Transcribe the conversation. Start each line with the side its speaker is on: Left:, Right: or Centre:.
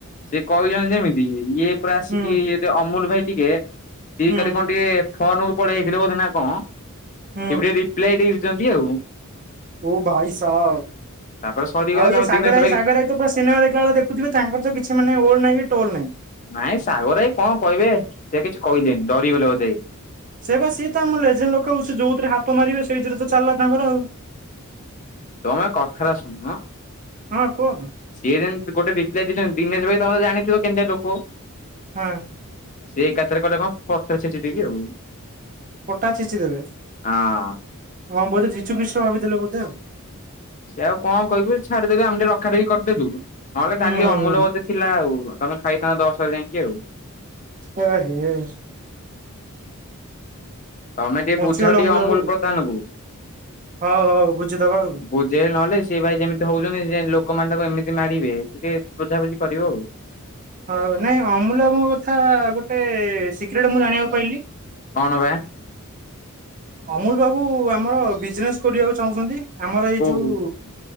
Left: ସେ କହିଛନ୍ତି ଯେମିତି ଇଏ ପୁରା ଆସିକି
Right: ହୁଁ
Left: ଇଏଟେ ଅମୁଲ ଭାଇ ଟିକେ ସିଏ
Right: ହୁଁ
Left: କାଲି କଣ ଟିକେ ଫୋନକୁ ପଳେଇ ଆଇଥିଲେ ବୋଧେ ନା କଣ ସିଏ
Right: ହୁଁ
Left: ଗୋଟେ ରିପ୍ଲାଇ ଦେଇଛନ୍ତି ଆଉ।
Right: ଓ ଭାଇ ସାହାବ୍
Left: ତାପରେ ସରିଗଲା
Right: ଆଉ ଇଏ
Left: ତମ
Right: ସାଗର
Left: ଦିନେଶ
Right: ଭାଇ ସାଗର ଭାଇ ତ ପୁରା ସିନେମା ଦେଖିଲା ଭଳିଆ ଦେଖ ଦେଖୁଥିବେ ତାଙ୍କରତ କିଛି ମାନେ ଓଲ୍ ନାହିଁ କି ଟୋଲ ନାହିଁ।
Left: ନାଇଁ ସାଗର ଭାଇ କଣ କହିବେ ସେ କିଛି କହିଲେନି ଡରିଗଲେ ବୋଧେ?
Right: ସେ ବା ସିଏ ତ ଆମ ଲେଜେଣ୍ଟ ଲୋକ ହଉଛି ଯୋଉଥିରେ ହାତ ମାରିବେ ସେଇଥିରେ ତ ଚାଲିଲା ତାଙ୍କର ଆଉ।
Left: ତମେ କଥାଟା ଶୁଣୁନ।
Right: ହଁ କୁହ?
Left: ସିଏ ଯେମିତି ଗୋଟେ ରିପ୍ଲାଇ ଦେଇଛନ୍ତି ଦିନେଶ ଭାଇ ତମେ ଜାଣିଥିବ କେମିତିଆ ଲୋକ।
Right: ହଁ।
Left: ସେ ଏକାଥରେ କହିଲେ କଣ ପଥର ଛେଚିଦେବି ଆଉ।
Right: ପଟା ଛେଚି ଦେବେ
Left: ହଁ।
Right: ହଁ ବୋଧେ ଯୀଶୁ ଖ୍ରୀଷ୍ଟ ଭାବି ଦେଲେ ବୋଧେ ଆଉ।
Left: ସେ ଆଉ କଣ କହିବେ ଛାଡ଼ି ଦେଲେ ଆମେ ଟିକେ ରଖା ରଖି କରିଦେଲୁ। ନହେଲେ
Right: ହୁଁ
Left: କାଲି
Right: ହୁଁ
Left: ଅମୁଲବୋଧେ
Right: ହୁଁ
Left: ଥିଲା ଆଉ। ତମେ ଖାଇଥାନ୍ତ ଦଶରେ ଯାଇକି ଆଉ।
Right: ଏହେ।
Left: ତମେ ଟିକେ
Right: ବଞ୍ଚିଗଲୁ
Left: ବୁଝାଅ ଟିକେ ଅମୁଲ
Right: ବାବୁ
Left: ପ୍ରଧାନକୁ।
Right: ହଉ ହଉ ବୁଝିଦବା ଆଉ।
Left: ବୁଝେଇ ନହେଲେ ସିଏ ଭାଇ ଯେମିତି ହଉଛନ୍ତି ସିଏ ଲୋକମାନ ତାଙ୍କୁ ଏମିତି ମାରିବେ ଟିକେ ବୁଝାବୁଝି କରିବ ଆଉ।
Right: ହଉ ନାଇଁ ଅମୁଲମୋ କଥା ଗୋଟେ ସିକ୍ରେଟ ମୁଁ ଜାଣିବାକୁ ପାଇଲି।
Left: କଣ ବା?
Right: ଅମୁଲ ବାବୁ ଆମର ବିଜନେସ୍ କରିବାକୁ ଚାହୁଁଛନ୍ତି। ଆମର ଏଇ
Left: ଓହୋ
Right: ଯୋଉ
Left: ହଁ